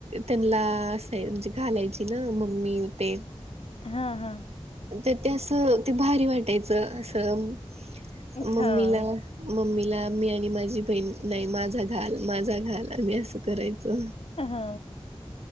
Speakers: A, on the right (about 75°); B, on the left (about 65°).
A: त्यांला असय म्हणजे घालायची ना मम्मीन ते.
B: हा हा.
A: तर ते असं ते भारी वाटायचं असं मम्मीला
B: हा
A: मम्मीला मी आणि माझी बहीण नाही माझा घाल माझा घाल आम्ही असं करायचो.
B: हा